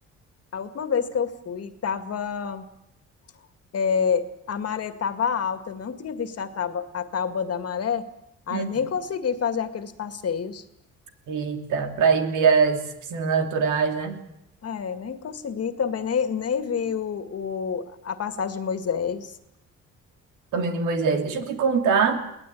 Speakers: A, on the left; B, on the right.
A: a última vez que eu fui, tava, é, a maré tava alta, eu não tinha visto a tábua, a tábua da maré, aí
B: Hum.
A: nem consegui fazer aqueles passeios.
B: eita, para ir ver as piscinas naturais, né?
A: É, nem consegui também, nem, nem vi o, o, a passagem de Moisés.
B: Caminho de Moisés. Deixa eu te contar,